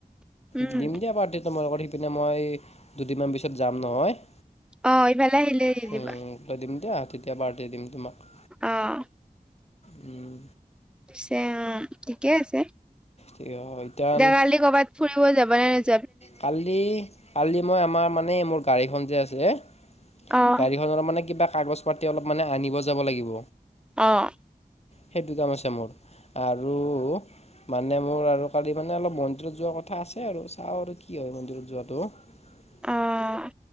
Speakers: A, in the centre; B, on the left (about 45°).
A: উম,
B: দিম দিয়া পাৰ্টি তোমালোকৰ সেই পিনে মই দুদিনমান পিছত যাম নহয়।
A: অ', ইফালে আহিলে দি দিবা,
B: উম, ত' দিম দিয়া তেতিয়া পাৰ্টি দিম তোমাক।
A: আহ।
B: উম।
A: পিছে অ' ঠিকে আছে।
B: ইতান
A: দেৱালি কৰ'বাত ফুৰিব যাব নে নু
B: কালি, কালি মই আমাৰ মানে মোৰ গাড়ীখন যে আছে
A: অ',
B: গাড়ীখনৰ মানে কিবা কাগজ পাতি অলপ মানে আনিব যাব লাগিব।
A: অহ'।
B: সেইটো কাম আছে মোৰ আৰু মানে মোৰ আৰু কালি মানে অলপ মন্দিৰত যোৱাৰ কথা আছে আৰু চাওঁ আৰু কি হয় মন্দিৰত যোৱাটো। <unintelligible>
A: অ'